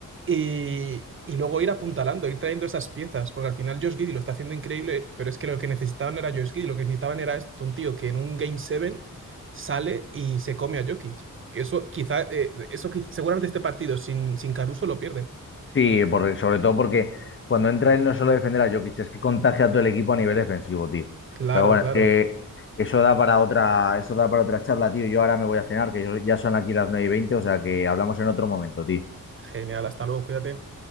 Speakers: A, on the right (about 40°); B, on the left (about 35°).
A: Y, y luego ir apuntalando, ir trayendo esas piezas, porque al final Josh Giddey lo está haciendo increíble, pero es que lo que necesitaban no era Josh Giddey, lo que necesitaban era esto, un tío que en un Game 7 sale y se come a Jokic. Que eso quizá, eh, eso quiz- seguramente este partido sin, sin Caruso lo pierden.
B: Sí, por- sobre todo porque cuando entra él no es solo defender a Jokic, es que contagia a todo el equipo a nivel defensivo, tío.
A: Claro,
B: Pero bueno,
A: claro.
B: es que eso da para otra, eso da para otra charla, tío. Yo ahora me voy a cenar, que yo- ya son aquí las 9 y 20, o sea que hablamos en otro momento, tío.
A: Genial, hasta luego, cuídate.